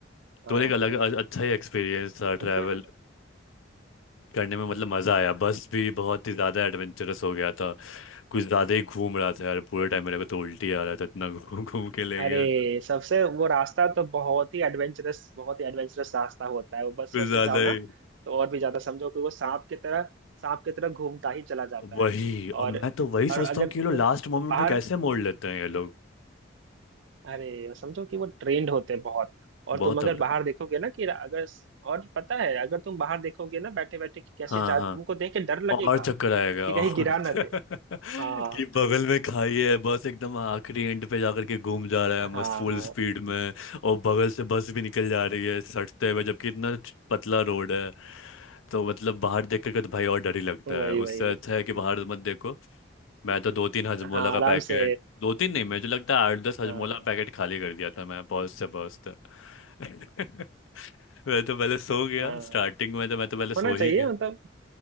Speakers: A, on the right; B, on the left.
A: हाँ
B: तो एक अलग अ- अच्छा ही एक्सपीरियंस था
A: मतलब
B: ट्रैवल करने में मतलब मज़ा आया बस भी बहुत ही ज़्यादा एडवेंचरस हो गया था कुछ ज़्यादा ही घूम रहा था यार पूरे टाइम मेरे को तो उल्टी आ रहा था इतना घूम <laughs> घूम के ले
A: अरे
B: गया था
A: सबसे वो रास्ता तो बहुत ही एडवेंचरस बहुत ही एडवेंचरस रास्ता होता है वो बस
B: कुछ
A: बस
B: ज़्यादा
A: से जाओ ना
B: ही
A: तो और भी ज्यादा समझो कि वो सांप की तरह सांप की तरह घूमता ही चला जाता
B: वही
A: है
B: और
A: और
B: मैं तो वही सोचता
A: और अगर
B: हूँ कि ये लोग
A: तुम
B: लास्ट मोमेंट
A: बाहर
B: पे कैसे मोड़ लेते हैं ये लोग
A: अरे समझो कि वो ट्रेंड होते हैं बहुत और
B: बहुत
A: तुम अगर
B: तगड़ा
A: बाहर देखोगे ना कि अगर और पता है अगर तुम बाहर देखोगे ना बैठे बैठे कि कैसे
B: हाँ
A: जा
B: हाँ
A: तुमको देख के डर लगेगा
B: और चक्कर आएगा
A: कि
B: और
A: कहीं गिरा
B: <laughs>
A: ना दे हाँ
B: कि बगल में खाई है बस एकदम आखिरी एंड पे जाकर के घूम जा रहा है
A: हाँ
B: मस्त फुल स्पीड में और बगल से बस भी निकल जा रही है सटते हुए जबकि इतना पतला रोड है तो मतलब बाहर देख करके तो भाई और डर ही लगता
A: वही
B: है उससे
A: वही
B: अच्छा है कि बाहर मत देखो मैं तो दो तीन हजमोला
A: हाँ
B: का
A: आराम
B: पैकेट
A: से
B: दो तीन नहीं मुझे लगता है आठ दस हजमोला
A: हाँ
B: पैकेट खाली कर दिया था मैं पहुँचते पहुँचते <laughs> मैं तो पहले सो गया
A: हाँ
B: स्टार्टिंग में तो मैं तो पहले सो
A: होना चाहिए
B: ही गया
A: मतलब